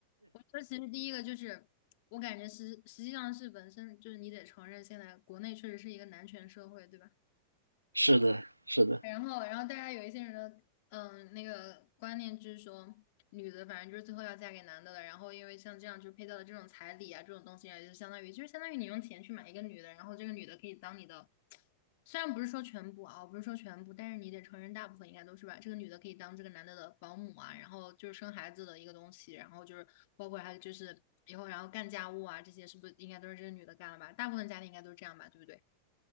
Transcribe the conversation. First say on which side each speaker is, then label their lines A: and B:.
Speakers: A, on the left; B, on the right.
A: 我觉得其实第一个就是我感觉实实际上是本身就是你得承认，现在国内确实是一个男权社会，对吧？
B: 是的，是的，
A: 然后，然后大家有一些人的嗯那个观念就是说，女的反正就是最后要嫁给男的了。然后因为像这样就配到的这种彩礼啊这种东西啊，就相当于就是相当于你用钱去买一个女的，然后这个女的可以当你的，虽然不是说全部啊，我不是说全部，但是你得承认大部分应该都是吧。这个女的可以当这个男的的保姆啊，然后就是生孩子的一个东西，然后就是包括还有就是以后然后干家务啊这些，是不是应该都是这个女的干了吧？大部分家庭应该都是这样吧，对不对？